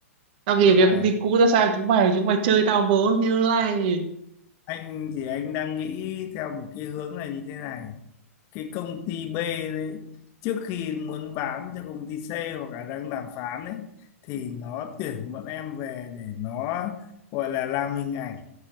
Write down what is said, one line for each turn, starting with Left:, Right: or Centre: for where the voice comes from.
Right: tao nghỉ
Left: không
Right: việc
Left: phải
Right: công ty cũ tao sang chúng mày chúng mày chơi tao vố như này
Left: anh thì anh đang nghĩ theo một cái hướng này như thế này cái công ty B đấy trước khi muốn bán cho công ty C hoặc là đang đàm phán ấy thì nó tuyển bọn em về để nó gọi là làm hình ảnh